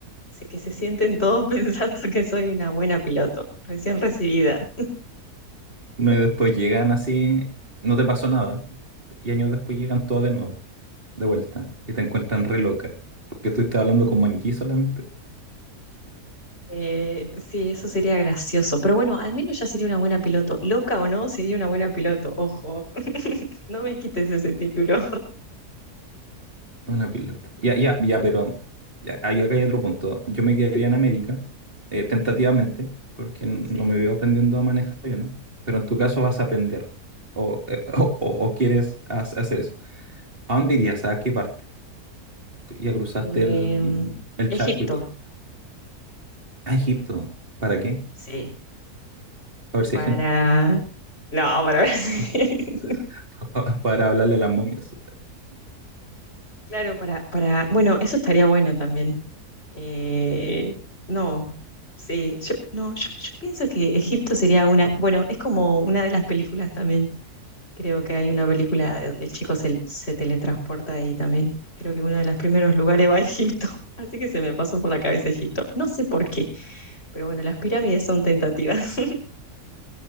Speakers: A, on the left; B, on the right.
A: Sé que se sienten todos <laughs> pensando que soy una buena piloto, recién recibida.
B: No, y después llegan así, no te pasó nada. Y años después llegan todas de nuevo, de vuelta. Y te encuentran re loca. Porque tú estás hablando con maniquí solamente.
A: Eh, sí, eso sería gracioso. Pero bueno, al menos ya sería una buena piloto. Loca o no, sería una buena piloto. Ojo, <laughs> no me quites ese título.
B: Una pilota. Ya, ya, ya, pero ya, ahí acá hay otro punto. Yo me quedaría en América, eh, tentativamente,
A: Mm,
B: porque n-
A: Sí.
B: no me veo aprendiendo a manejar aviones, pero en tu caso vas a aprender o, eh, <laughs> o, o- o quieres ha- hacer eso. ¿A dónde irías? ¿A qué parte? Ya cruzaste
A: Em,
B: el, el
A: Egipto,
B: charco y todo. A Egipto. ¿Para qué?
A: sí.
B: Para ver si
A: Para...
B: hay gente.
A: No, para ver
B: <laughs>
A: si... <laughs>
B: Pa- Para hablarle a las momias.
A: Claro, para, para, bueno, eso estaría bueno también. Eh, no, sí, yo, no, yo, yo pienso que Egipto sería una, bueno, es como una de las películas también. Creo que hay una película donde el chico se, se teletransporta ahí también. Creo que uno de los primeros lugares va a Egipto. <laughs> Así que se me pasó por la cabeza Egipto. No sé por qué, pero bueno, las pirámides son tentativas. <laughs>